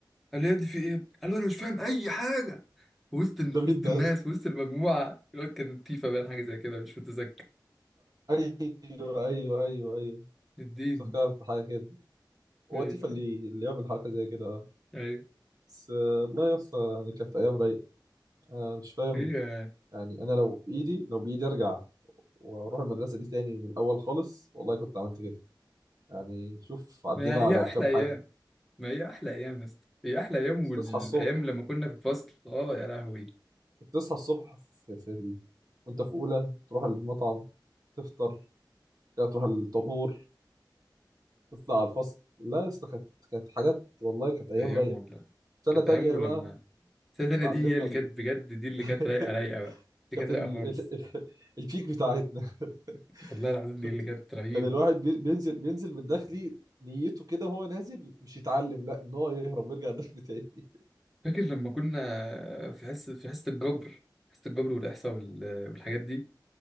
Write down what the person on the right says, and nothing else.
ده
مين
ده
يا اسطى
ايوه ايوه ايوه ايوه
افتكرت حاجه كده هو
تيفا اللي اللي يعمل حركه زي كده اه
بس آه، والله يا اسطى يعني كانت ايام رايقه انا مش فاهم
يعني انا لو بايدي لو بايدي ارجع واروح المدرسه دي تاني من الاول خالص والله كنت عملت كده يعني شوف عدينا
على كام
حاجه
كنت
تصحى الصبح
كنت تصحى الصبح في, في ال... وانت في اولى تروح المطعم تفطر كده تروح الطابور تطلع على الفصل لا يا اسطى كانت كانت حاجات والله كانت ايام
رايقه
سنة
تانية
بقى
اتعلمنا
ال...
<laughs>
كانت
ال...
ال... ال- البيك بتاعتنا <laughs>
كنت
كان الواحد بي- بينزل بينزل من الداخلي نيته كده هو نازل مش يتعلم لا ان هو يهرب ويرجع الداخل تاني